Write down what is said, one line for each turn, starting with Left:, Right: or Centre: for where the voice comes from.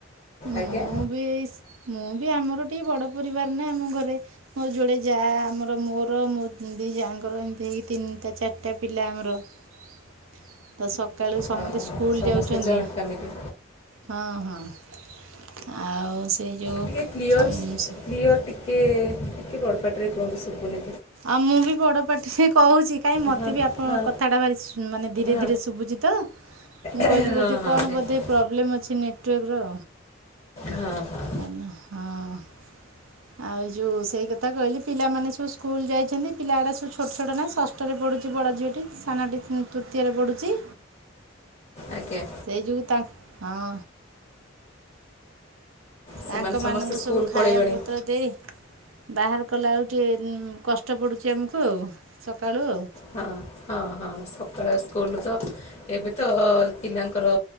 Right: ମୁଁ
Left: ଆଜ୍ଞା
Right: ବି ମୁଁ ଆମର ଟିକେ ବଡ ପରିବାର ନା ଆମ ଘରେ ମୋ ଯୋଡେ ଯା ଆମର ମୋର ମୋ ଦି ଯା ଙ୍କର ଏମିତି ହେଇକି ତିନିଟା ଚାରିଟା ପିଲା ଆମର ତ ସକାଳୁ ସମତେ
Left: ହଁ
Right: ସ୍କୁଲ
Left: ସମସ୍ତେ
Right: ଯାଉଛନ୍ତି
Left: ଜଏଣ୍ଟ ଫ୍ୟାମିଲି
Right: ହଁ ହଁ ଆଉ ସେ ଯେଉଁ
Left: ଟିକେ କ୍ଲିଅର୍
Right: ସମ ସ
Left: କ୍ଲିଅର୍ ଟିକେ ଟିକେ ବଡ଼ପାଟିରେ କୁହନ୍ତୁ ସୁବୁନି
Right: ଆଉ ମୁଁ ବି ବଡପାଟିରେ କହୁଛି କାଇହିଁ ମତେ
Left: ହଁ ହଁ
Right: ବି ଆପଣଙ୍କ
Left: ହଁ
Right: କଥାଟା ଭାରି ମାନେ ଧୀରେ
Left: ହଁ
Right: ଧୀରେ ଶୁଭୁଛି। ତ ମୁଁ
Left: ହଁ
Right: କହିଲି ବୋଧେ କଣ
Left: ନେଟୱାର୍କ
Right: ବୋଧେ ପ୍ରୋବ୍ଲେମ ଅଛି ନେଟୱାର୍କ ର।
Left: ହଁ ହଁ
Right: ହାଲୋ ହଁ ଆଉ ଯୋଉ ସେଇ କଥା କହିଲି ପିଲାମାନେ ସବୁ ସ୍କୁଲ ଯାଇଛନ୍ତି ପିଲା ଏଡା ସବୁ ଛୋଟ ଛୋଟ ନା ଷଷ୍ଠରେ ପଡୁଛି ବଡ ଝିଅଟି ସାନାଟି ତୃତୀୟରେ ପଡୁଛି
Left: ଆଜ୍ଞା
Right: ସେଇ ଯୁଗୁ ତାଙ୍କ ହଁ
Left: ସେମାନେ
Right: ତାଙ୍କ ମାନଙ୍କୁ
Left: ସମସ୍ତେ ସ୍କୁଲ
Right: ସବୁ ଖାଇବାକୁ
Left: ପଳେଇବେଣି
Right: ପତ୍ର ଦେଇ ବାହାର କଲା ବେଳକୁ ଟିକେ ଉକଷ୍ଟ ପଡୁଛି ଆମକୁ ଆଉ ସକାଳୁ ଆଉ
Left: ହଁ ହଁ ହଁ ସକାଳେ ସ୍କୁଲ ତ ଏବେ ତ ପିଲାଙ୍କର